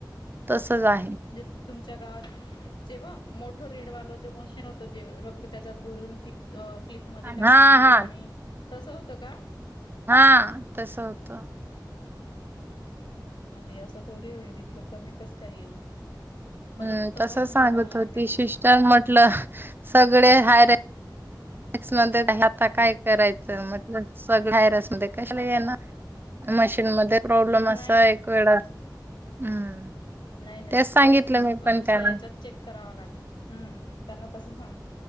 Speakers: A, on the right; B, on the left.
A: तसच आहे.
B: जे तुमच्या गावात जेव्हा मोठं रीडवाल जे मशीन होतं, जे रक्त त्याच्यात भरून ती अ क्लिपमध्ये
A: हा
B: टाकायची
A: हा.
B: आणि तसं होतं का?
A: हा तस होतं.
B: अरे असं थोडी होईल, इतकं कमी कस काय येईल? परत
A: हम्म
B: तपासणी
A: तस सांगत
B: करावं लागेल
A: होती सिस्टर म्हटलं अ सगळे हाय र एक्समध्ये आता काय करायचं म्हटलं सगळं बाहेर असू दे कशाला येणार म्ह मध्ये प्रॉब्लेम असा
B: नाही नाही
A: एक वेळा हम्म
B: नाही नाही
A: तेच सांगितलं
B: परत दुस
A: मी पण
B: दुसऱ्या
A: त्यांना
B: याच्यात चेक करावा लागेल हम्म त्यांना तसं सांग